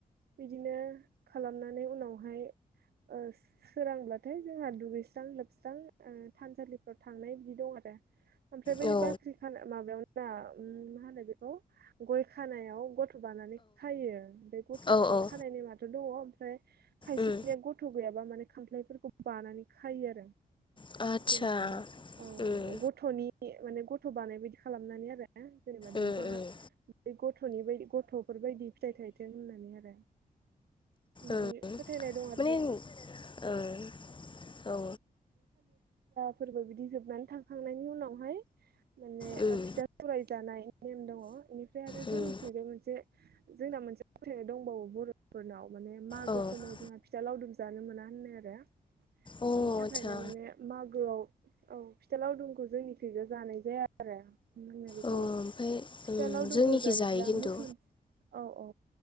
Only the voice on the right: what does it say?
बिदिनो खालामनानै उनावहाय सोरांबाथाय जोंहा दुगैस्रां लोबस्रां थानसालिफ्राव थांनाय बिदि दं द म आरोे ओमफ्राय बै
बाख्रि माबायावा मा होनो बेखौ गय खानायाव गथ गथ' बानानै खायो बे गथ'
बानानै
खानाय ने माथ' दङ फ्राय खायसे
बे गथ' गैयाबा माने खामफ्लायफोरखौ बानानै खायो आरो
जेनेबा औ
गथ'नि माने गथ' बानायबायायदि खालामनानै आरो जेनेबा दंफाङा
दैग ग'नि ब गथ'फोरबायायदि फिथाइ थायथों होननानै आरो बिदि
फो ज फुजा
फोरबो बिदि जोबनानै थांखांनायनि उनावहाय माने
फिथा सौराय जानाय नेम दङ बेनिफ्राय आरो
जों मिथिग मोनसे जोंना मोनसे फोथायनाय दंबावो बर'फोरनाव माने माग
आा फिथा लावदुम जानो मोना होननाय आरो
बिनि थाखायनो माने मागोआव औ फिथा लावदुमखौ जोंनिखैजो जानाय जाया आरो मो बेखौ
फिथा
लावदुमखौ
जायोब्ला
मोसोन औ औ